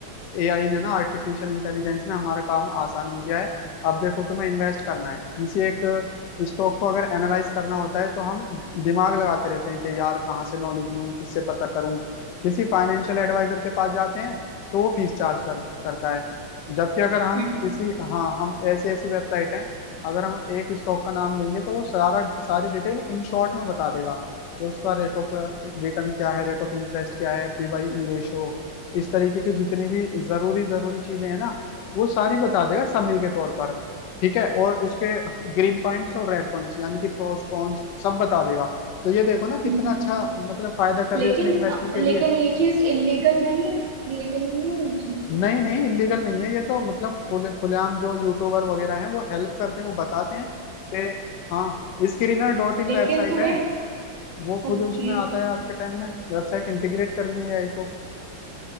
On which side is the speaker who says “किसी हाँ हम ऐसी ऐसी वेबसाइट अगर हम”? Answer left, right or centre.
Left